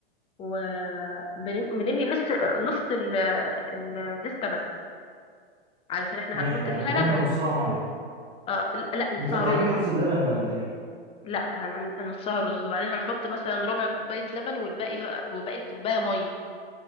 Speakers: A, on the left (about 20°); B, on the right (about 20°).
A: وبنملي نص نص ال- الدستة بس علشان احنا
B: ماشي
A: هنحط
B: يعني
A: فيها
B: بنملى
A: لبن
B: نصها ميه
A: اه لا لا، نصها
B: انت هتعملي
A: رز
B: رز بلبن ولا ايه
A: لا هنعمل هنصهره رز وبعدين هنحط مثلا ربع كوباية لبن والباقي ه- وباقي الكوباية مية